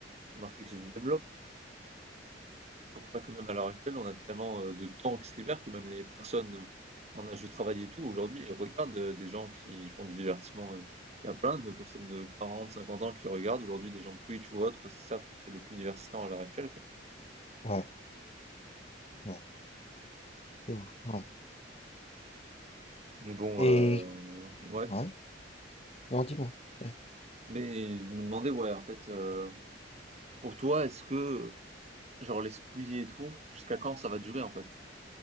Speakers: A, on the right; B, on the left.
A: un marché qui se développe. C'est pour ça que même à l'heure actuelle, on a tellement euh, de temps qui se libère que même les personnes en âge de travail et tout, aujourd'hui, elles regardent euh, des gens qui font du divertissement. euh. Il y a plein de personnes de 40, 50 ans qui regardent aujourd'hui des gens de Twitch ou autres parce qu'ils savent que c'est le plus divertissant à l'heure actuelle, quoi.
B: Ouais, ouais, c'est ouf, ouais.
A: Mais bon,
B: Et,
A: euh, ouais,
B: ouais, non, dis-moi. Ouais.
A: Mais je me demandais, ouais, en fait, heu, pour toi, est-ce que, genre, les squeezies et tout, jusqu'à quand ça va durer, en fait?